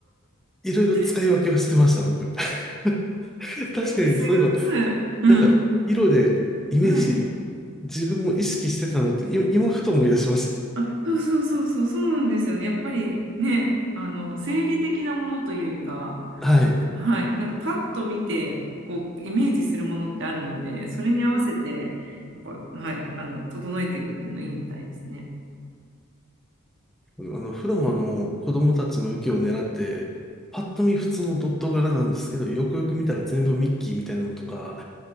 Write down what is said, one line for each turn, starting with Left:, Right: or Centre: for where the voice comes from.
Centre: いろいろ使い分けをしてました、
Right: え素
Centre: 僕。<laughs> 確かに、
Right: 敵すぎます。
Centre: そういえば、
Right: うん。
Centre: なんか、色でイメージ、
Right: はい。
Centre: 自分も意識してたなって、い今、ふと思い出しまし
Right: あ、そうそうそうそう、そうなんですよね。やっぱりね、あの、生理的なものというか、
Centre: た。はい。
Right: はい、なんかパッと見てこうイメージするものってあるので、それに合わせてやっぱ、はい、あの整えていくっていうのいいみたいですね。
Centre: あの、普段はあの、子供たちの受けを狙って、パッと見普通のドット柄なんですけど、よくよく見たら全部ミッキーみたいなのとか、